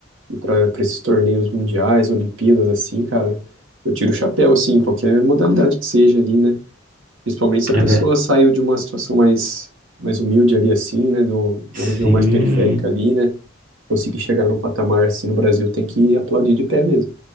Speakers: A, on the right; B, on the right.
A: ir para esses torneios mundiais, Olimpíadas, assim, cara, eu tiro o chapéu, assim, em qualquer modalidade que seja ali, né? Principalmente se a
B: é
A: pessoa
B: verdade.
A: saiu de uma situação mais, mais humilde ali assim, né, do, de
B: Sim,
A: uma região mais periférica ali, né, conseguir chegar num patamar assim no Brasil tem que aplaudir de pé mesmo.